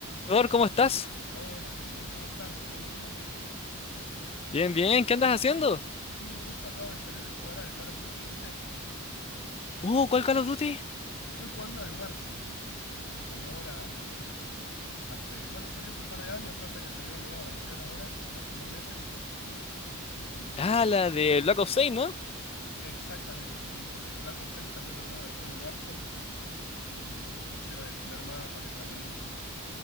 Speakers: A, on the left; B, on the left.
A: Salvador, ¿cómo estás?
B: Hola Jesús, ¿cómo estás? Bien, ¿y tú?
A: Bien, bien, ¿qué andas haciendo?
B: Y justo acabo de salir de jugar al Call of Duty, ¿viste?
A: Uh, ¿cuál Call of Duty?
B: Estoy jugando al Warzone, que salió ahora hace, bueno, salió hace un par de años, pasa que salió una nueva versión ahora, hace unos meses, y
A: Ah, la de Black Ops 6, ¿no?
B: exactamente, sí, con el Black Ops 6 salió una nueva versión de Warzone y pusieron el primer mapa que está buenísimo.